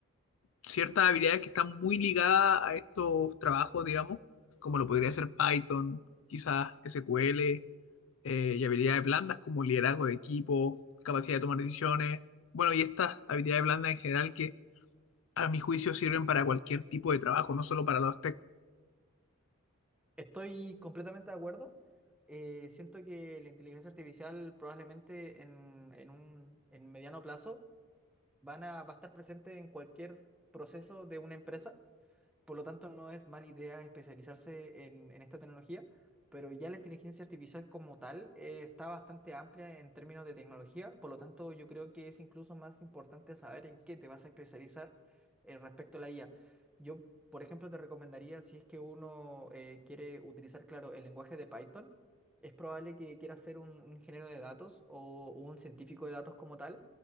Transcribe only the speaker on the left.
ciertas habilidades que están muy ligadas a estos trabajos, digamos, como lo podría ser Python, quizás SQL, eh, y habilidades blandas como liderazgo de equipo, capacidad de tomar decisiones. Bueno, y estas habilidades blandas en general que a mi juicio sirven para cualquier tipo de trabajo, no solo para los tech